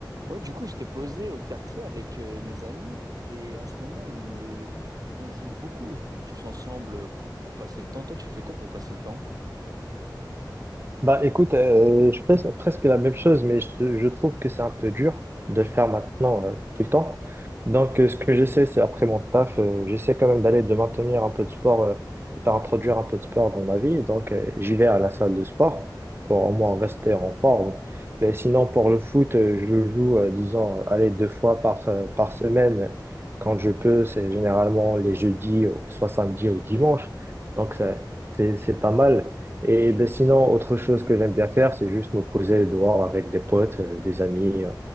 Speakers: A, on the right; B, on the right.
A: Ouais, du coup, j'étais posé au quartier avec euh, mes amis et en ce moment, on est, on joue beaucoup au foot tous ensemble pour passer le temps. Toi, tu fais quoi pour passer le temps?
B: Bah écoute, euh, je fais presque la même chose, mais je, te- je trouve que c'est un peu dur de le faire maintenant euh, tout le temps. Donc euh, ce que j'essaie, c'est après mon taf, euh, j'essaie quand même d'aller de maintenir un peu de sport, euh, de faire introduire un peu de sport dans ma vie. Donc euh, j'y vais à la salle de sport pour au moins rester en forme. Mais sinon pour le foot, euh, je joue, euh, disons, allez, deux fois par, euh, par semaine. Quand je peux, c'est généralement les jeudis, au- soit samedi ou dimanche. Donc ça, c'est c'est pas mal. Et ben sinon, autre chose que j'aime bien faire, c'est juste me poser dehors avec des potes, euh, des amis. euh,